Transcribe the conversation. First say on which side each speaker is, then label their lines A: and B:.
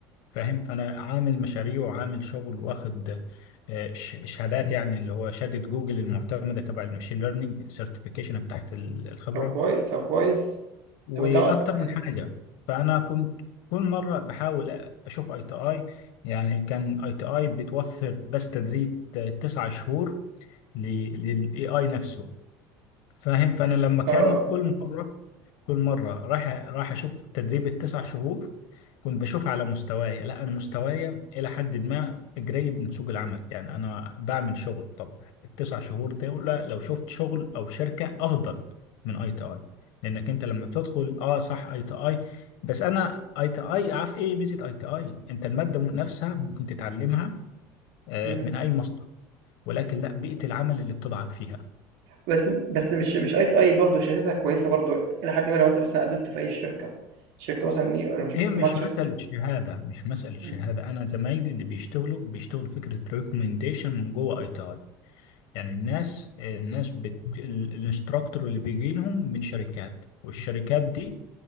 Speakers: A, on the left; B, on the right.
A: فاهم فانا عامل مشاريع وعامل شغل واخد آه، ش- شهادات يعني اللي هو شهاده جوجل المعتمده تبع المشين ليرنينج سيرتيفيكيشن بتاعت ال- الخبره
B: طب كويس طب كويس
A: واكتر
B: طب انت عم- مم.
A: من حاجه فانا كنت كل مره بحاول اشوف اي تي اي يعني كان اي تي اي بتوفر بس تدريب ت- تسعة شهور للاي اي نفسه فاهم فانا
B: مم.
A: لما كان
B: اه اه
A: كل مره كل مره راح راح اشوف تدريب التسع شهور كنت بشوفها على مستواي لا انا مستواي الى حد ما قريب من سوق العمل يعني انا بعمل شغل طب التسع شهور دول لو شفت شغل او شركه افضل من اي تي اي لانك انت لما بتدخل اه صح اي تي اي بس انا اي تي اي عارف ايه ميزه اي تي اي انت الماده نفسها ممكن تتعلمها آه،
B: مم.
A: من اي مصدر ولكن لا بيئه العمل اللي بتضعك فيها
B: بس بس مش مش اي تي اي برضه شهادتها كويسه برضه لحد ما لو انت مثلا قدمت في اي شركه شركه مثلا ايه لما تشوف
A: هي
B: مثلا
A: مش
B: معاك شهاده
A: مسألة شهادة مش مسألة
B: مم.
A: شهادة أنا زمايلي اللي بيشتغلوا بيشتغلوا فكرة ريكومنديشن من جوه أي تي آي، يعني الناس الناس بت... ال- الانستراكتور اللي بيجي لهم من شركات والشركات دي